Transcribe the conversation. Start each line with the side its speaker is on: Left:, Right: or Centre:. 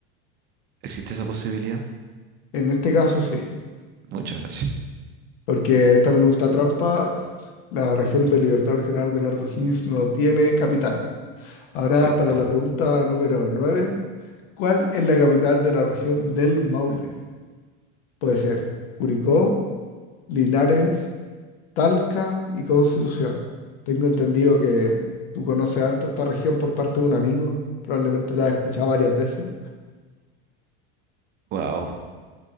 Right: ¿existe esa posibilidad?
Left: En este caso sí,
Right: Muchas gracias.
Left: porque esta pregunta trampa, la región del Libertador General Bernardo Higgins no tiene capital. Ahora
Right: Perfecto.
Left: para la pregunta número 9, ¿cuál es la capital de la región del Maule? Puede ser Curicó, Linares, Talca y Constitución. Tengo entendido que tú conoces harto esta región por parte de un amigo, probablemente la has escuchado varias veces.
Right: Wow.